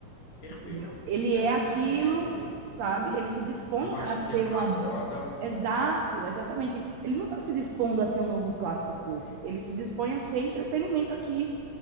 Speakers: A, on the left (about 75°); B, on the right (about 75°).
A: perfeito.
B: entendeu? Ele
A: É
B: é
A: um
B: aquilo,
A: filme honesto.
B: sabe? Ele se dispõe
A: Não vai
B: a
A: inventar
B: ser uma
A: roda.
B: Exato, exatamente. Ele não tá se dispondo a ser um novo clássico
A: Exatamente.
B: cult. Ele se dispõe a ser entretenimento aqui,